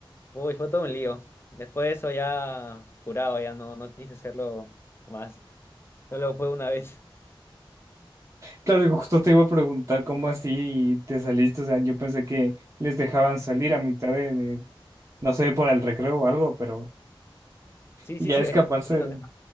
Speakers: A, on the left; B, on the right.
A: Uy, fue todo un lío. Después de eso ya curado, ya no, no quise hacerlo más. Solo fue una vez.
B: Claro, y justo te iba a preguntar cómo así te saliste. O sea, yo pensé que les dejaban salir a mitad de, de, no sé, por el recreo o algo, pero
A: Sí,
B: ya
A: sí, sí,
B: escaparse.
A: es sí, nos deja-